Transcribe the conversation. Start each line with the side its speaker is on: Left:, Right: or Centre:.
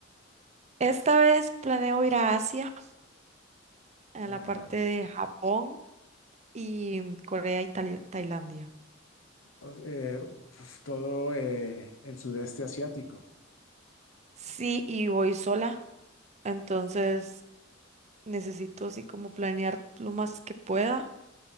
Right: Esta vez planeo ir a Asia, a
Left: Oh
Right: la
Left: my
Right: parte
Left: God.
Right: de Japón y Corea y Tali- Tailandia.
Left: O- eh, uf, todo eh, el sudeste asiático.
Right: Sí, y voy sola, entonces necesito así como planear lo más que pueda,